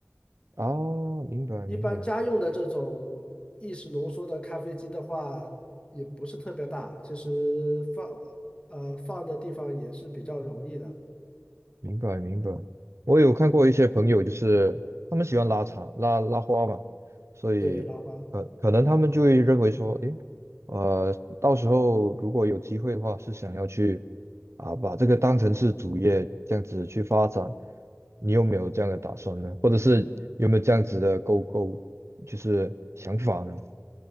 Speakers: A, on the right (about 70°); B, on the left (about 20°).
A: 啊，明白明白。
B: 一般家用的这种意式浓缩的咖啡机的话，也不是特别大，其实放呃放的地方也是比较容易的。
A: 明白明白，我有看过一些朋友，就是他们喜欢拉长拉拉花嘛，所以可可能他们就会认为说，
B: 对，拉花。
A: 诶，呃，到时候如果有机会的话，是想要去啊把这个当成是主业这样子去发展，你有没有这样的打算呢？或者是有没有这样子的勾勾就是想法呢？